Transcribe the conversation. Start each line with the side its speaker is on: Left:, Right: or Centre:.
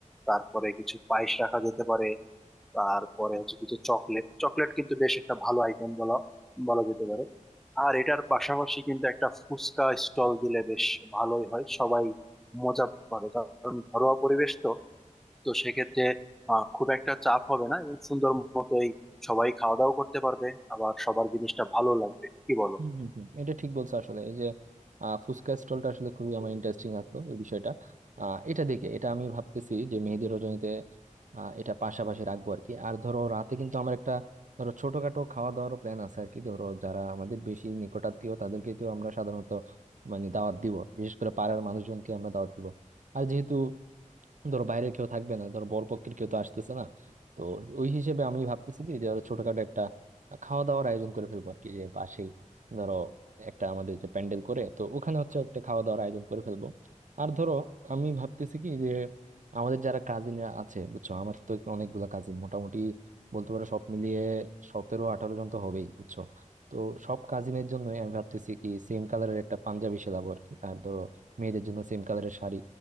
Centre: তারপরে কিছু পায়েস রাখা যেতে পারে তারপরে হচ্ছে কিছু চকলেট চকলেট কিন্তু বেশ একটা ভালো আইটেম বলা বলা যেতে পারে আর এটার পাশাপাশি কিন্তু একটা ফুচকা স্টল দিলে বেশ ভালোই হয় সবাই মজা পাবে কারণ ঘরোয়া পরিবেশ তো তো সেক্ষেত্রে আহ, খুব একটা চাপ হবে না এবং সুন্দর মতোই সবাই খাওয়া দাওয়া করতে পারবে আবার সবার জিনিসটা ভালো লাগবে কি বলো
Right: হুম হুম হুম। এটা ঠিক বলছো আসলে এই যে আহ, ফুচকা স্টলটা আসলে খুবই আমার ইন্টারেস্টিং লাগলো এই বিষয়টা আহ, এটা দেখে এটা আমি ভাবতেছি যে মেহেদি রজনীতে আহ, এটা পাশাপাশি রাখবো আর কি আর ধরো রাতে কিন্তু আমার একটা ধরো ছোটখাটো খাওয়া দাওয়ারও প্ল্যান আছে আর কি ধরো যারা আমাদের বেশি নিকটাত্মীয় তাদেরকে তো আমরা সাধারণত মানে দাওয়াত দিব বিশেষ করে পাড়ার মানুষজনকে আমরা দাওয়াত দিব আর যেহেতু ধরো বাইরের কেউ থাকবে না ধরো বরপক্ষের কেউ তো আসতেছে না তো ওই হিসেবে আমি ভাবতেছি কি যে ধরো ছোটখাটো একটা খাওয়া দাওয়ার আয়োজন করে ফেলবো আর কি যে পাশেই ধরো একটা আমাদের যে প্যান্ডেল করে তো ওখানে হচ্ছে একটা খাওয়া দাওয়ার আয়োজন করে ফেলবো আর ধরো আমি ভাবতেছি কি যে আমাদের যারা কাজিনরা আছে বুঝছো আমার তো অনেকগুলো কাজিন মোটামুটি বলতে পারো সব মিলিয়ে সতেরো আঠারো জন তো হবেই বুঝছো তো সব কাজিনের জন্য আমি ভাবতেছি কি সেম কালারের একটা পাঞ্জাবি সেলাবো আর কি আর ধরো মেয়েদের জন্য সেম কালারের শাড়ি